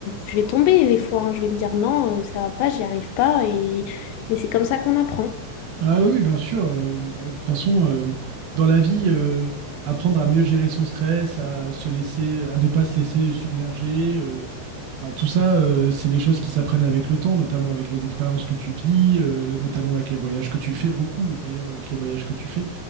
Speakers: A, on the left; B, on the right.
A: je vais tomber des fois, hein. Je vais me dire non, euh, ça va pas, j'y arrive pas, et... mais c'est comme ça qu'on apprend.
B: Ah oui, bien sûr. euh, bah, De toute façon, euh, dans la vie, euh, apprendre à mieux gérer son stress, à se laisser, à ne pas se laisser submerger, euh, Enfin, tout ça, euh, c'est des choses qui s'apprennent avec le temps, notamment avec les expériences que tu vis, euh, notamment avec les voyages que tu fais, beaucoup d'ailleurs avec les voyages que tu fais.